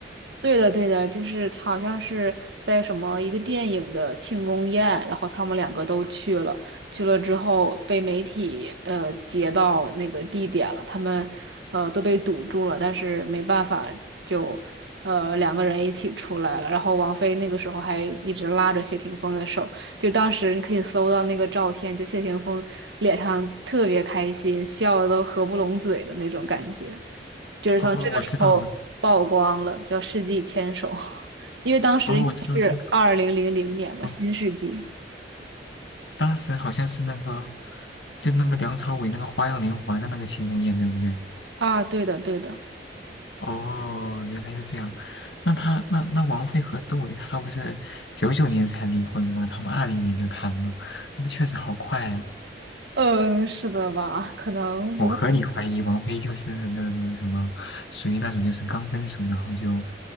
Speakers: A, on the right; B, on the left.
A: 对的，对的，就是他好像是在什么一个电影的庆功宴，然后他们两个都去了，去了之后被媒体呃截到那个地点了，他们呃都被堵住了，但是没办法就呃两个人一起出来了，然后王菲那个时候还一直拉着谢霆锋的手，就当时你可以搜到那个照片，就谢霆锋脸上特别开心，笑的都合不拢嘴的那种感觉。就是从这个时候曝光了，
B: 哦，我知道了。
A: 叫《世纪牵手》，<laughs> 因为当时应该是二零零零年嘛，
B: 哦，我知道是哦，
A: 新世纪
B: 当时好像是那个，就是那个梁朝伟那个《花样年华》的那个庆功宴，对不对？
A: 啊，对的，对的，
B: 哦，原来是这样。那他那那王菲和杜伟他不是九九年才离婚吗？他们二零年就谈了，那确实好快啊！
A: 嗯，是的吧？可能不，
B: 我合理怀疑王菲就是那个什么，属于那种就是刚分手，然后就